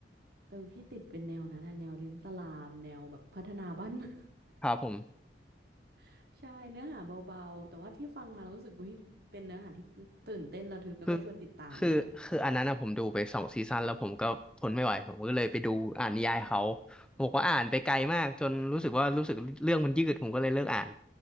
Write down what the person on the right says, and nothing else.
เออพี่ติดเป็นแนวนั้นนะแนวเลี้ยงสลามแนวแบบพัฒนาบ้านเมือง
<laughs> ใช่เนื้อหาเบาๆแต่ว่าที่ฟังมาแล้วรู้สึกว่าเป็นเนื้อหาที่ตื่นเต้นระทึกแล้วก็ชวนติดตามมาก